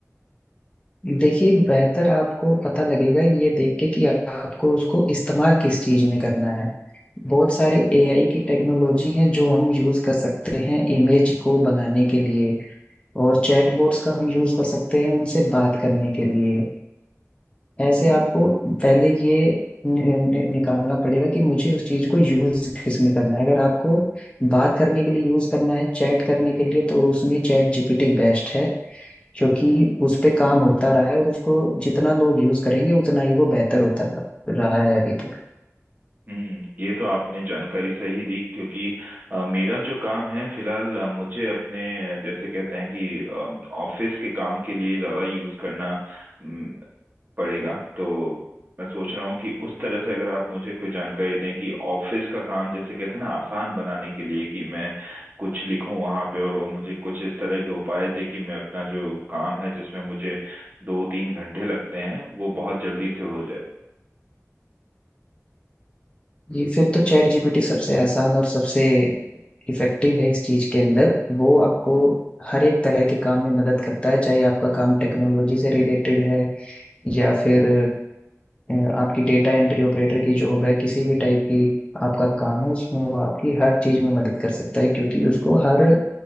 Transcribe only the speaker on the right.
हम्म।
हम्म ये तो आपने जानकारी सही दी क्योंकि अ, मेरा जो काम है फिलहाल अ, मुझे अपने अ, जैसे कहते हैं कि ऑफिस के काम के लिए ज़्यादा यूज़ करना अम, पड़ेगा तो मैं सोच रहा हूँ कि उस तरह से अगर आप मुझे कोई जानकारी दें कि ऑफिस का काम जैसे कहते हैं ना आसान बनाने के लिए कि मैं कुछ लिखूं वहां पे और वो मुझे कुछ इस तरह के उपाय दे कि मैं अपना जो काम है जिसमें मुझे दो तीन घंटे लगते हैं वो बहुत जल्दी से हो जाए